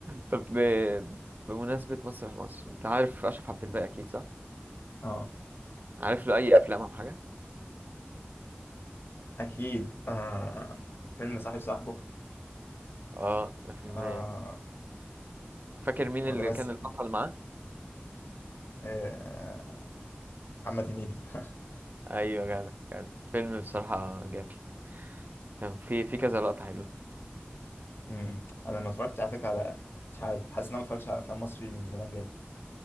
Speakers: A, on the right (about 50°); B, on the left (about 70°).
A: طب ب- بمناسبة مسرح مصر انت عارف اشرف عبد الباقي اكيد صح
B: اه
A: عارف له اي افلام او حاجة
B: اكيد آه. فيلم صاحب صاحبه
A: اه ده فيلم
B: آه.
A: فاكر مين
B: هو
A: اللي
B: ده بس
A: كان
B: آه.
A: البطل معاه
B: آه، محمد هنيدي <laughs>
A: ايوه جدع جدع فيلم بصراحة جامد كان في في كذا لقطة حلوة
B: امم انا ما اتفرجت على فكره على مش عارف حاسس ان انا ما اتفرجتش على افلام مصري من زمان جدا